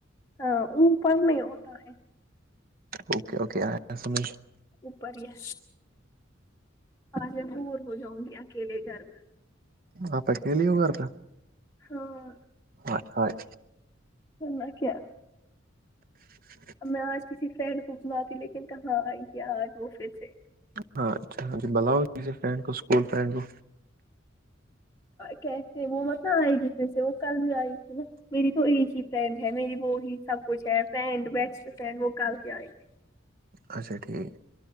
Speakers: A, on the left (about 15°); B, on the right (about 50°).
A: ہاں ا پرڑ نہیں ہوتا ہے
B: اوکے اوکے سمش
A: اوپر ہی ہے آج میں بور ہو جاؤں گی اکیلے گھرم
B: آپ اکیلیے ہو گھر پہ
A: ہاں
B: ا <inaudible>
A: سنا کیا
B: ہ <inaudible>
A: ا میں آج کسی فرینڈ کو سنااتی لیکن کہاں آئی کیا آج وہ پھر سے
B: ہاں اچھا بلاؤ کسی فریڈ کو اسکول فرینڈ کو
A: کیسے وہ مت آئے گی پھر سے وہ کل بھی آئی تھی نا میری تو ایک ہی فرنڈ ہے میری وہ ہی سب کچھ ہے فرینڈ بیسٹ فرنڈ وہ کل کے آئے ت
B: اچھا ٹھیک